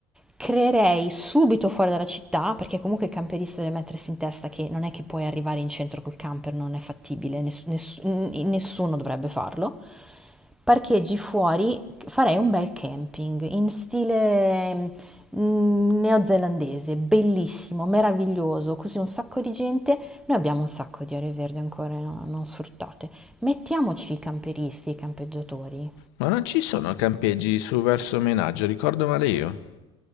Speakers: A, in the centre; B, on the left.
A: creerei subito fuori dalla città, perché comunque il camperista deve mettersi in testa che non è che puoi arrivare in centro col camper, non è fattibile, ness- ness- n- nessuno dovrebbe farlo. Parcheggi fuori farei un bel camping in stile mm, neozelandese, bellissimo, meraviglioso, così un sacco di gente. Noi abbiamo un sacco di aree verdi ancora no- non sfruttate. Mettiamoci i camperisti, i campeggiatori
B: Ma non ci sono campeggi su verso Menaggio, ricordo male io.